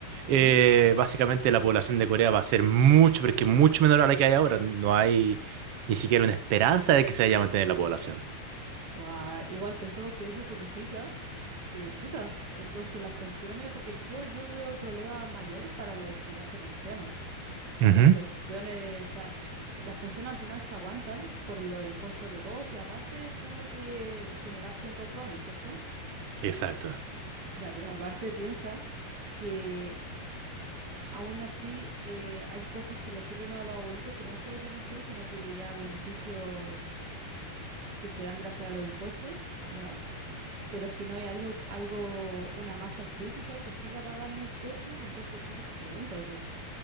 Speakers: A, on the right (about 30°); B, on the right (about 70°).
A: ujú.
B: eh, básicamente la población de Corea va a ser mucho, pero es que mucho menor a la que hay ahora. No hay ni siquiera una esperanza de que se vaya a mantener la población.
A: Guau, Igual pensemos que eso significa que chuta. Entonces las pensiones, porque yo, yo veo el problema mayor para los que ya son ancianos. O sea,
B: Ujú.
A: las pensiones, o sea, las pensiones al final se aguantan por los impuestos de todos y aparte tú lo que generaste en todos tus años, ¿cierto?
B: Exacto.
A: Ya, pero aparte piensa que aún así eh, hay cosas que le sirven a los abuelitos que no es solo su pensión, sino que ya beneficios que se dan gracias a los impuestos, ¿ya? Pero si no hay algo, algo, una masa crítica que siga pagando impuestos, entonces ¿cómo se solventa eso?